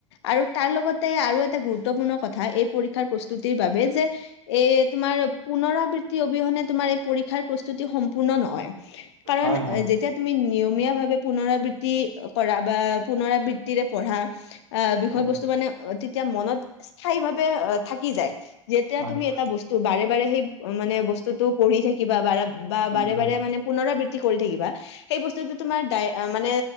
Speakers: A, on the left; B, on the right.
A: আৰু তাৰ লগতে আৰু এটা গুৰুত্বপূৰ্ণ কথা এই পৰীক্ষাৰ প্ৰস্তুতিৰ বাবে যে এ তোমাৰ পুনৰাবৃত্তি অবিহনে তোমাৰ এই পৰীক্ষাৰ প্ৰস্তুতি সম্পূৰ্ণ নহয় কাৰণ-
B: হয় হয় হয়
A: যেতিয়া তুমি নিয়মীয়া ভাৱে পুনৰাবৃত্তি কৰা বা পুনৰাবৃতি পঢ়া আহ বিষয়
B: উম,
A: বস্তু মানে তেতিয়া মনত স্থায়ী ভাৱে থাকি যায়। যেতিয়া
B: হয়
A: তুমি এটা বস্তু বাৰে বাৰে সেই মানে বস্তুতটো পঢ়ি থাকিবা বাৰে- বা
B: উম,
A: বাৰে
B: উম।
A: বাৰে মানে পুনৰাবৃত্তি কৰি থাকিবা সেই বস্তুটো- তোমাৰ ডাই মানে